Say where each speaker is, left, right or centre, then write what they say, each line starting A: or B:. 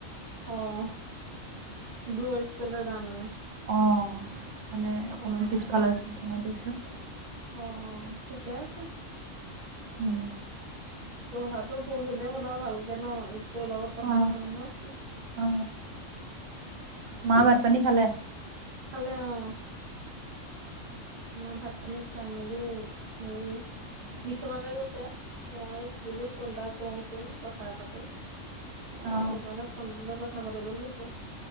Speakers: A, on the right (about 50°); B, on the right (about 75°).
A: অ', দুৰৈ স্কুললে যায় মানে?
B: অঁ, মানে অকণমান
A: অ'।
B: পিছফালৰ স্কুলখনত দিছোঁ।
A: অ অ, ঠিকে আছে।
B: উম্
A: পঢ়াতো পঢ়িলে হ'লা ভালকে ন? স্কুলৱ লগত কথা
B: অ
A: নহ‌ নহয়।
B: অ মা ভাত-পানী খালে?
A: খালে অঁ। মা ভাত-পানী খাই মেলি হেৰি- বিছনালে গৈছে, মই স্কুললো ফোন এটা কৰোচ- কথা পাতো। সেইকাৰণে
B: অ
A: ফোনটো লৈ কথা পাতিব লৈছো।